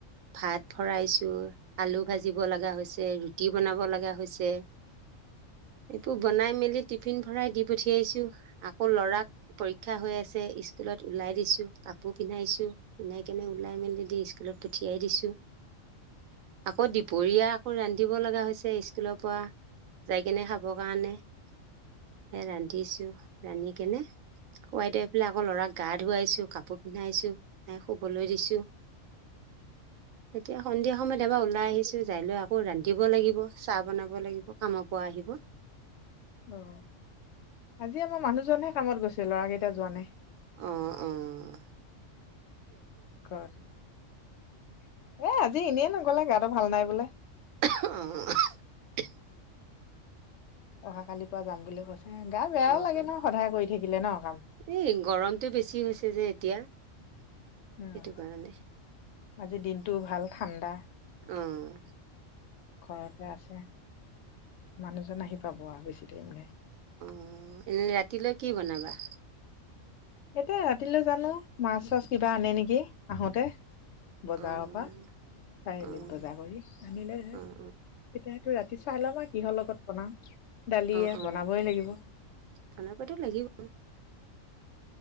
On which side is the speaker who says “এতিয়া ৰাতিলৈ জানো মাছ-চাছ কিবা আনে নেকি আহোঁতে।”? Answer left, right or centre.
Left